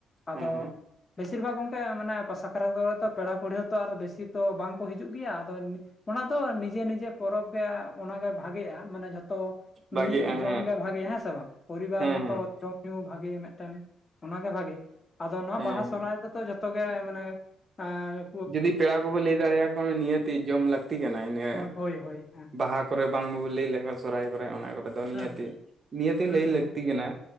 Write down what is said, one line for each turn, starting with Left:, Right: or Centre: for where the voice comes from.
Left: ᱟᱫᱚ
Right: ᱦᱮᱸ ᱦᱮᱸ
Left: ᱵᱮᱥᱤᱨ ᱵᱷᱟᱜ ᱜᱚᱝᱠᱮ ᱢᱟᱱᱮ ᱯᱟᱥᱟ ᱠᱟᱨᱟ ᱠᱚᱜᱮ ᱛᱚ ᱯᱮᱲᱟ ᱯᱟᱹᱲᱦᱟᱹ ᱛᱚ ᱟᱨ ᱵᱮᱥᱤ ᱛᱚ ᱵᱟᱝ ᱠᱚ ᱦᱤᱡᱩᱜ ᱜᱮᱭᱟ, ᱟᱫᱚ ᱚᱱᱟ ᱫᱚ ᱱᱤᱡᱮ ᱱᱤᱡᱮ ᱯᱚᱨᱚᱵᱽ ᱜᱮ ᱚᱱᱟ ᱜᱮ ᱵᱷᱟᱜᱮᱜᱼᱟ ᱢᱟᱱᱮ ᱡᱷᱚ ᱛᱚ ᱢᱤᱫ
Right: ᱵᱷᱟᱜᱤᱜᱼᱟ ᱦᱮᱸ
Left: ᱡᱚᱢ ᱜᱮ ᱵᱷᱟᱜᱮ, ᱦᱮᱸ ᱥᱮ ᱵᱟᱝ? ᱯᱚᱨᱤᱵᱟᱨ
Right: ᱦᱮᱸ
Left: ᱢᱚᱛᱚ
Right: ᱦᱮᱸ
Left: ᱡᱚᱢ ᱧᱩ ᱵᱷᱟᱜᱮ ᱢᱤᱫᱴᱮᱱ, ᱚᱱᱟᱜᱮ ᱵᱷᱟᱜᱮ ᱟᱫᱚ ᱱᱚᱣᱟ
Right: ᱦᱮᱸ
Left: ᱵᱟᱦᱟ ᱥᱚᱦᱨᱟᱭ ᱨᱮᱫᱚ ᱡᱷᱚ ᱛᱚ ᱜᱮ ᱢᱟᱱᱮ ᱮᱸ
Right: ᱡᱩᱫᱤ ᱯᱮᱲᱟ ᱠᱚᱯᱮ ᱞᱟᱹᱭ ᱫᱟᱲᱮᱭᱟᱠᱚᱣᱟ ᱱᱤᱦᱟᱹᱛᱤ ᱡᱚᱢ ᱞᱟᱹᱠᱛᱤ ᱠᱟᱱᱟ ᱤᱱᱟ,
Left: ᱦᱳᱭ ᱦᱳᱭ ᱦᱮᱸ
Right: ᱵᱟᱦᱟ ᱠᱚᱨᱮ ᱵᱟᱝᱵᱚ ᱞᱟᱹᱭ ᱞᱮᱠᱟ ᱥᱚᱨᱦᱟᱭ ᱠᱚᱨᱮ ᱚᱱᱟ ᱠᱚ ᱟᱫᱚ ᱱᱤᱦᱟᱹᱛᱤ,
Left: ᱦᱮᱸ
Right: ᱱᱤᱦᱟᱹᱛᱤ
Left: ᱦᱩᱸ
Right: ᱞᱟᱹᱭ ᱞᱟᱹᱠᱛᱤ ᱠᱟᱱᱟ᱾